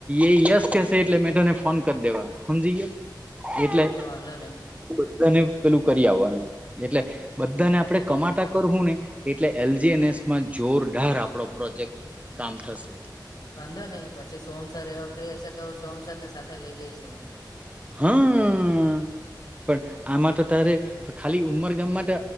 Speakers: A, on the right (about 20°); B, on the left (about 60°).
A: એ યશ કેશે એટલે મે તને ફોન કરી દેવા હમજી ગયો એટલે
B: ઓકે વાંધો નહી
A: બધાને પેલું કરી આવવાનું એટલે બધાને આપડણે કમાટા કરવું ને એટલે એલજી એનએસમાં જોરદાર આપડો પ્રોજેક્ટ કામ થશે.
B: વાંધો નહીં પછી સોહમસર એવા ફ્રી હશે તો સોહમસરને સાથે લઈ જઈશ હું
A: હા. પણ આમાં તો તારે ખાલી ઉમરગામ માટે